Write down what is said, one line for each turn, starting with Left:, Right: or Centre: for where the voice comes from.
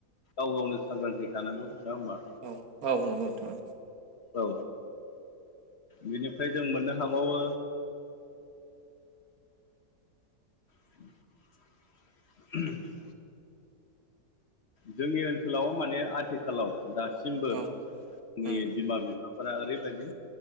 Left: गाव गावनो सांग्रांथि थानांगौ नङा होमबा
Right: औ औ नंगौ नोंथां
Left: औ बेनिफ्राय जों मोननो हाबावो <inaudible> जोंनि ओनसोलाव माने आथिखालाव दासिमबो
Right: औ
Left: जोंनि
Right: औ नंगौ नोंथां औ उम
Left: बिमा बिफा-बि फोरा ओरैबायदि